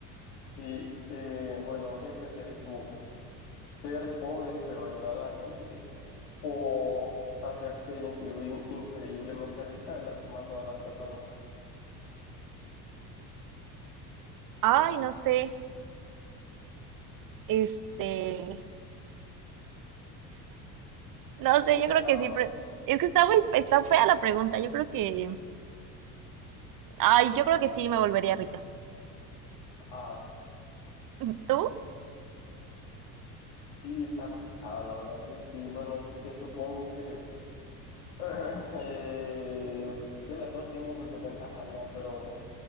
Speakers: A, on the left; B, on the right.
A: Sí, eh, bueno, ¿qué prefieres tú? ¿Ser pobre pero ayudar a la gente o hacerte inclui- increíblemente rica lastimando a las personas?
B: Ay, no sé. Este, no
A: Está
B: sé,
A: complicado.
B: yo creo que sí. pre- Es que está muy fe- está fea la pregunta. Yo creo que, ay, yo creo que sí me volvería rica.
A: Ah,
B: <laughs> ¿Tú?
A: sí, está complicada, la verdad que sí. Bueno, que supongo que <laughs> <clears throat> Eh, que las dos tienen sus desventajas, ¿no? Pero